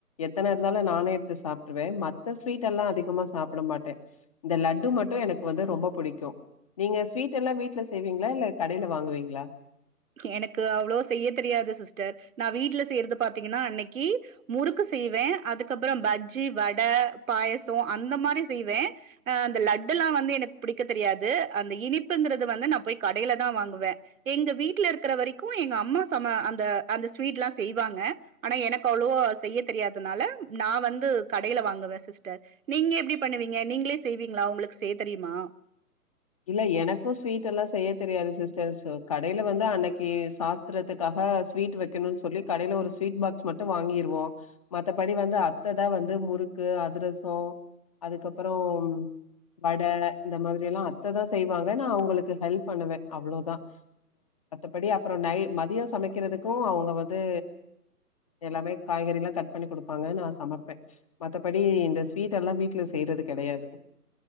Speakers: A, on the left (about 20°); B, on the right (about 55°).
A: எத்தன இருந்தாலும் நானும் எடுத்து சாப்ட்டுருவேன் மத்த ஸ்வீட் எல்லாம் அதிகமா சாப்ப ப்படமாட்டன் இந்த லட்டு மட்டும் எனக்கு வந்து ரொம்ப புடிக்கும் நீங்க ஸ்வீட் எல்லாம் வீட்ல செய்வீங்களா இல்ல கடையில வாங்குவீங்களா
B: எனக்கு அவ்வளோ செய்ய தெரியாது சிஸ்டர் நான் வீட்டல செய்யறது பாத்தீங்கன்னா அன்னைக்கு முறுக்கு செய்வேன் அதுக்கு அப்பறோம் பஜ்ஜி வட பாயசோம் அந்த மாரி செய்வேன் அ அந்த லட்டு எல்லாம் வந்து எனக்கு புடிக்க தெரியாது அந்த இனிப்புங்கிறது வந்து நான் போய் கடையில தான் வாங்குவேன் எங்க வீட்டு்ல இருக்கிற வரைக்கும் எங்க அம்மா சம அந்த அந்த ஸ்வீட் எல்லாம் செய்வாங்க ஆனா எனக்கு அவ்ளோவோ செய்ய தெரியாதனால நான் வந்து கடையில வாங்குவேன் சிஸ்டர் நீங்க எப்டி பண்ணுவீங்க நீங்களே செய்வீங்களா உங்ளுக்கு செய்ய தெரியுமா
A: இல்ல எனக்கும் ஸ்வீட்யெல்லா செய்ய தெரியாது சிஸ்டர் சோ கடையில வந்து அன்னைக்கு சா த்துறதுக்காக ஸ்வீட் வெக்கணுனு சொல்லி கடயில ஒரு ஸ்வீட் பாக்ஸ் மட்டும் வாங்கிருவோம் மத்தபடி வந்து அத்த தான் வந்து முறுக்கு, அதிரசோம் அதுக்கப்புறோம் வட இந்த மாதிரில்லாம அத்த தான் செய்வாங்க நா அவுங்களுக்கு ஹெல்ப் பண்ணுவேன் அவ்ளோவுதான் மத்தபடி அப்புறோம் நை மதியோம் சமைக்கிறதுக்கோம் அவுங்க வந்து எல்லாமே காய்கறில்லாம் கட் பண்ணி குடுப்பாங்க நா சமைப்பேன் மத்தபடி இந்த ஸ்வீட் எல்லாம் வீட்ல செய்றது கெடயாது